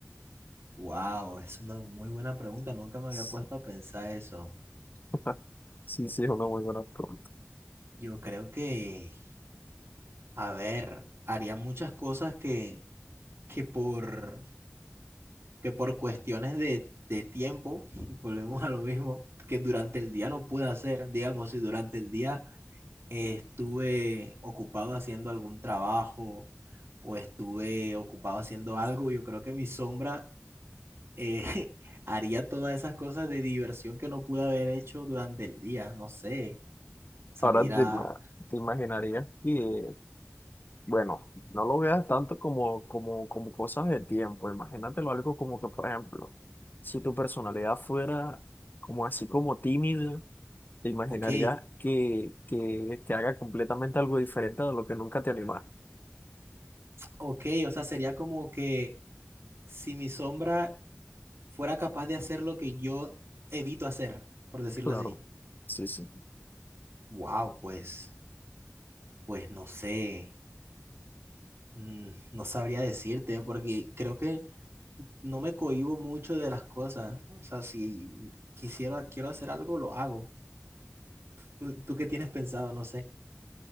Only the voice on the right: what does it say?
wow. Es una muy buena pregunta. Nunca me
había puesto a pensar eso.
Yo creo que, a ver, haría muchas cosas que, que por que por cuestiones de, de tiempo, <laughs> volvemos a lo mismo, que durante el día no pude hacer, digamos, si durante el día eh, estuve ocupado haciendo algún trabajo o estuve ocupado haciendo algo, yo creo que mi sombra eh, <laughs> haría todas esas cosas de diversión que no pude haber hecho durante el día, no sé, salir
a,
ok,
ok, o sea, sería como que si mi sombra fuera capaz de hacer lo que yo evito hacer, por decirlo
así.
Wow, pues, pues no sé. Mm, No sabría decirte porque creo que no me cohíbo mucho de las cosas. O sea, si quisiera, quiero hacer algo, lo hago. ¿Tú, tú qué tienes pensado? No sé.